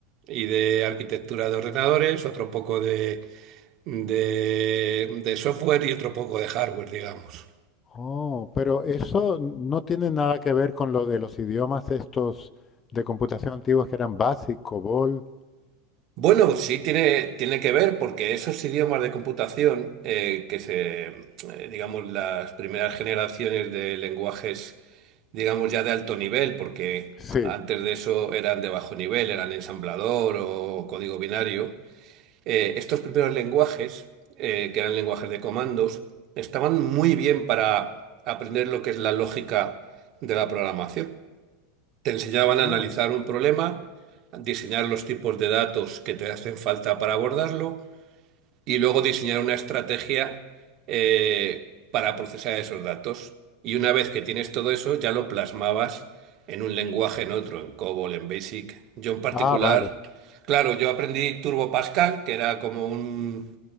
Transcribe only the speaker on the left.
oh, pero eso no tiene nada que ver con lo de los idiomas estos de computación antiguos que eran BASIC, COBOL.
Sí.
Ah,
ah, vale,